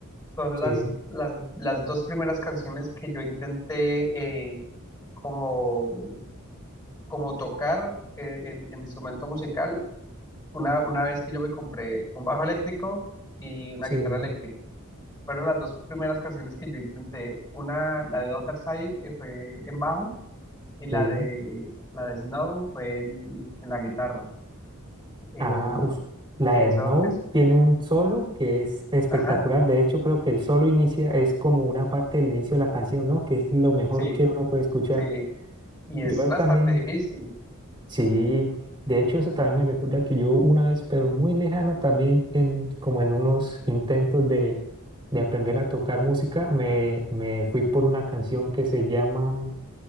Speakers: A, on the left; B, on the right.
A: son
B: Sí,
A: las, las, las dos primeras canciones que yo intenté eh, como, como tocar eh, en, en instrumento musical Una, una vez que yo me compré un bajo eléctrico y una
B: sí.
A: guitarra eléctrica. Fueron las dos primeras canciones que yo intenté. Una, la de Other Side, eh, fue en bajo y la
B: Sí.
A: de, la de Snow fue en, en la guitarra. Eh,
B: Ah, us- la
A: sí,
B: de
A: eso
B: No
A: es.
B: tiene un solo que es espectacular.
A: Ajá,
B: De hecho, creo que el solo inicia, es como una parte del inicio de la canción, ¿no? Que es lo mejor
A: sí,
B: que uno puede escuchar.
A: sí. Y
B: Yo
A: es bastante
B: también
A: difícil.
B: Sí, de hecho eso también me recuerda que yo una vez, pero muy lejana también, en, como en unos intentos de, de aprender a tocar música, me, me fui por una canción que se llama,